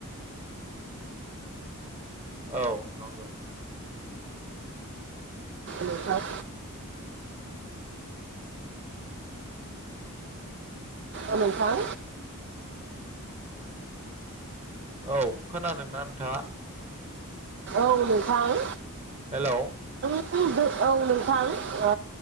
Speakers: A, on the right (about 30°); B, on the right (about 55°).
A: औ नंगौ
B: नोंथां
A: <unintelligible>
B: अ नोंथां
A: औ खोनादोंना नोंथाङा
B: औ नोंथां
A: हेलौ
B: <unintelligible> औ नोंथां ओ